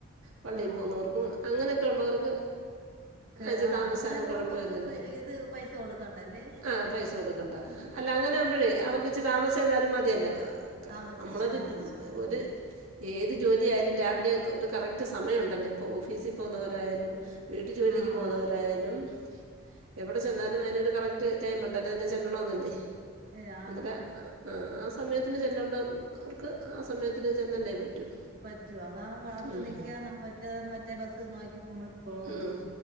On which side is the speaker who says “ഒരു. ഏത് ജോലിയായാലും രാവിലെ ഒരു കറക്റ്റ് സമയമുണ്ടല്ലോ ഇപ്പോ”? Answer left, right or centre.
Right